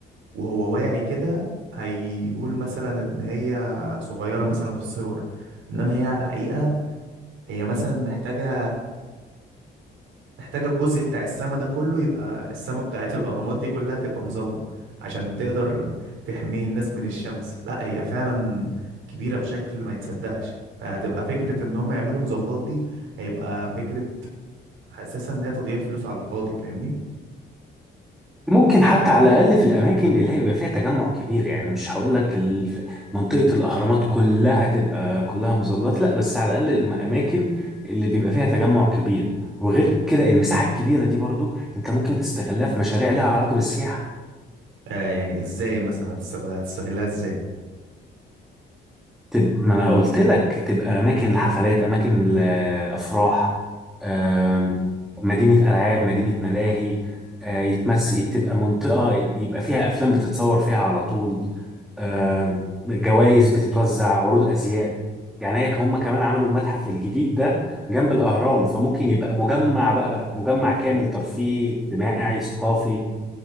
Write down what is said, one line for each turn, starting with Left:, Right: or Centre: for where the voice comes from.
Right: وهو واعي كده هيقول مثلا ان هي صغيرة مثلا في الصور انما هي على الحقيقة هي مثلا محتاجة محتاجة الجزء بتاع السما ده كله يبقى السما بتاعت الأهرامات دي كلها تبقى مظلة عشان تقدر تحمي الناس من الشمس لا هي فعلا كبيرة بشكل ما يتصدقش فهتبقى فكرة إن هم يعملوا مظلات دي هيبقى فكرة حاسسها إن هي تضييع فلوس على الفاضي فاهمني
Centre: ممكن حتى على الأقل في الأماكن اللي هيبقى فيها تجمع كبير يعني مش هقول لك ال- منطقة الأهرامات كلها تبقى كلها مظلات لا بس على الأقل الأماكن اللي بيبقى فيها تجمع كبير وغير كده المساحة الكبيرة دي برضو أنت ممكن تستغلها في مشاريع لها علاقة بالسياحة
Right: آه يعني إزاي مثلا هتستغل... هتستغلها إزاي
Centre: تبقى ما أنا قلت لك تبقى أماكن لحفلات أماكن لأفراح آم، مدينة ألعاب مدينة ملاهي آه، يتمس تبقى منطقة يبقى فيها أفلام بتتصور فيها على طول آه، جوائز بتتوزع عروض ازياء يعني هي هم كمان عملوا المتحف الجديد ده جنب الاهرام فممكن يبقى مجمع بقى مجمع كامل ترفيهي اجتماعي ثقافي